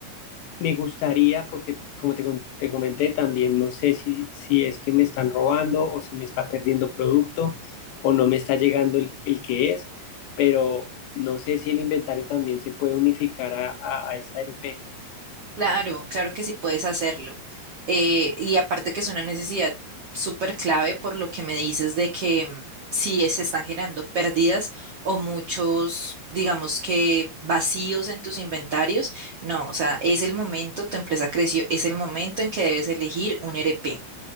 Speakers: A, on the left; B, on the right.
A: Me gustaría, porque como te, con- te comenté, también no sé si, si es que me están robando o se me está perdiendo producto o no me está llegando el, el que es, pero no sé si el inventario también se puede unificar a, a, a esta RP.
B: Claro, claro que sí puedes hacerlo. Eh, y aparte que es una necesidad súper clave por lo que me dices de que mm, si se están generando pérdidas o muchos, digamos que vacíos en tus inventarios, no, o sea, es el momento, tu empresa creció, es el momento en que debes elegir un ERP.